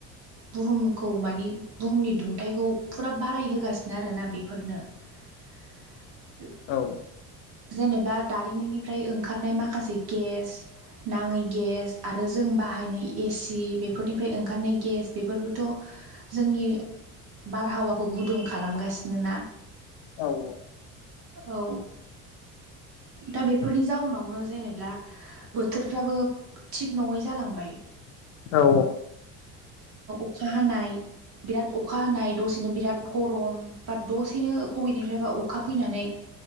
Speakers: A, on the right (about 65°); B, on the left (about 70°).
A: बुहुमखौ मानि बुहुमनि दुंथाइखौ फुरा बारायहोगासिनो आरोना बेफोरनो। <unintelligible>
B: औ
A: जेनेबा दारिमिननिफ्राय ओंखारनाय माखासे गेस नाङै गेस आरो जों बाहायनाय एसि बेफोरनिफ्राय ओंखारनाय गेस बेफोरबोथ' जोंनि बारहावाखौ गुदुं खालामगासिनो ना
B: औ औ
A: औ दा बेफोरनि जाउनावनो जेनेबा बोथोरफ्राबो थिग नङै जालांबाय
B: औ
A: <unintelligible> नाय बिराद अखा हानाय दसेनो बिराद गरम बा दसेनो बबेनिफ्रायबा अखा फैनानै